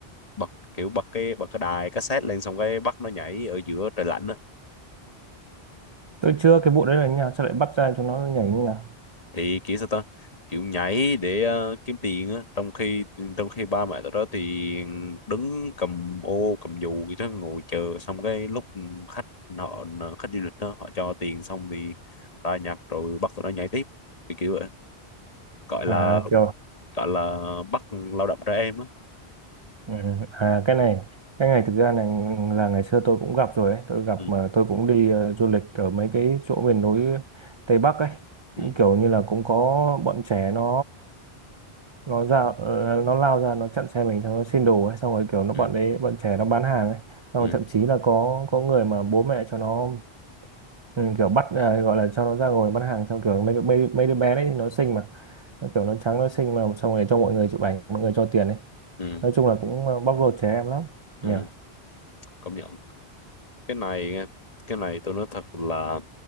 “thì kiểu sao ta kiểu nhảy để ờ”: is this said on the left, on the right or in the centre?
Left